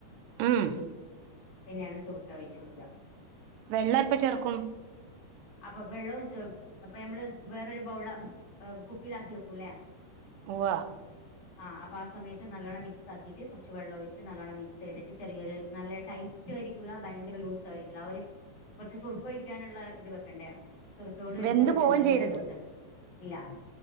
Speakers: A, on the right; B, on the left.
A: ഉം
B: പിന്നെയാണ് സുർക്ക ഒഴിച്ചു കൊടുക്കുക
A: വെള്ളം എപ്പ ചേർക്കും
B: അപ്പൊ വെള്ളവും ചെ അപ്പൊഞമ്മള് വേറൊരു ബൗളില് കുപ്പിലാക്കി വെക്കൂല്ലെ
A: ഉവ്വ
B: ആഹ് അപ്പ ആ സമയത്ത് നല്ലോണം മിക്സ് ആക്കിയിട്ട് കുറച്ച് വെള്ളം ഒഴിച്ച് നല്ലോണം മിക്സ് ചെയ്തിട്ട് ചെറിയൊരു നല്ല ടൈ റ്റായിരിക്കൂല്ല ഭയങ്കര ലൂസായിരിക്കൂല്ല ആ ഒരു കുറച്ച് സുറുക്കൊഴിക്കാനുള്ള ഇത് വെ ക്കണ്ടയ സുറുക്കകൂടിഒഴിച്ചാല്
A: വെന്ത്
B: പിന്നെ
A: പോവേം
B: ഭയങ്കര
A: ചെയ്യരുത്
B: ലൂസായ് ഇല്ല